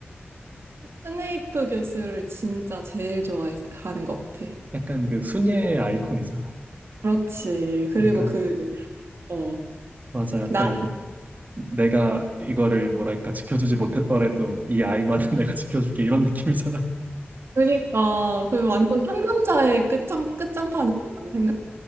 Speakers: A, on the right (about 90°); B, on the right (about 45°).
A: 스네이프 교수를 진짜 제일 좋아하는 것 같아.
B: 약간 그 순애의 아이콘이잖아.
A: 그렇지. 그리고
B: 약간,
A: 그, 어,
B: 맞아, 약간.
A: 나는,
B: 내가 이거를 뭐랄까 지켜주지 못했더라도 이 아이만은 <laughs> 내가 지켜줄게 이런 느낌이잖아.
A: 그니까, 그 완전 상남자의 끝장, 끝장판이라고 생각해.